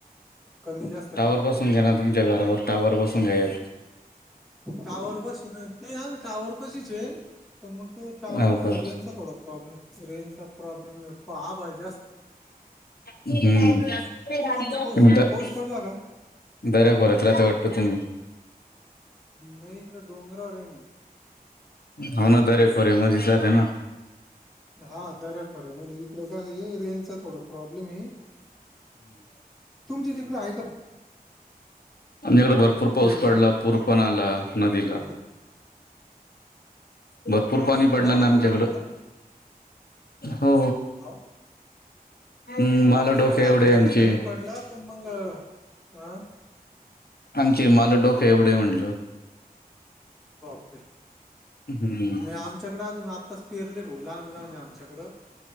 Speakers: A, in the centre; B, on the left.
A: कमी जास्
B: टावर बसून घ्या ना तुमच्या घरावर टावर बसून घ्याल.
A: टावर पाशी नाही नाही आम्ही टावर पाशीच आहे. पण मंग ते टावर
B: हो का
A: रेंजचा थोडा प्रॉब्लेम रेंजचा प्रॉब्लेम आहे. <unintelligible>
B: हम्म
A: तुमच इकडं पाऊस
B: तुम्ही तर
A: पाऊस पडला का
B: दर्यागोरच राहातं वाटतं तुम्ही.
A: नाही इकडे डोंगरावर आहे मी.
B: हाव ना दरे खोरे मध्येच राहता ना.
A: हा दऱ्या खोर्या म्हणजे इकडं कसं आहे रेंजचा थोडा प्रॉब्लेम आहे. तुमची तिकडे आहे का?
B: आमच्याकडे भरपूर पाऊस
A: फुल रेंज
B: पडला पूर पण आला नदीला.
A: हॅलो
B: भरपूर पाणी पडलं
A: एवढा
B: ना आमच्याकडं.
A: पाऊस पडला
B: हो.
A: हो
B: हम्म माला
A: नाही
B: डोके
A: इकडे आमच्याकडे
B: एवढे आमचे.
A: कमी पडला पण मग अं, हा
B: आमचे माला डोके एवढे म्हटलं.
A: ओके
B: हम्म
A: नाही आमच्याकडे अजून आत्ताच फिरले बोला नाय नाय आमच्याकड.